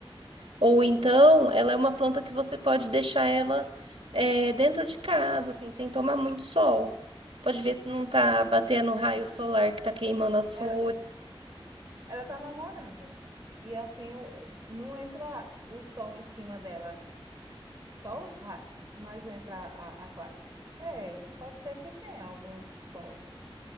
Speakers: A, on the right; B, on the right.
A: Ou
B: E
A: então,
B: é.
A: ela é uma planta que você pode deixar ela é, dentro de casa, assim, sem tomar muito sol. Pode ver se não tá batendo raio solar que tá queimando as folhas.
B: Ela, ela tá na varanda. E assim, o- não entra o sol em cima dela, só os raios, mas entra a, a, cla- É, pode ser que tenha algum sol.